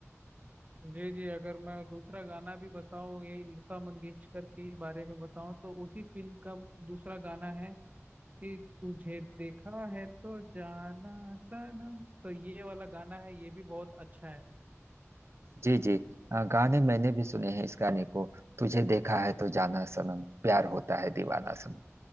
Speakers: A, on the right (about 30°); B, on the right (about 60°).
A: जी जी अगर मैं दूसरा गाना भी बताऊं यही लता मंगेशकर के बारे में बताऊं तो उसी फिल्म का दूसरा गाना है कि तुझे देखा है तो जाना सनम तो ये वाला गाना है ये भी बहुत अच्छा है
B: जी जी अ, गाने मैंने भी सुने हैं इस गाने को तुझे देखा है तो जाना सनम प्यार होता है दीवाना सनम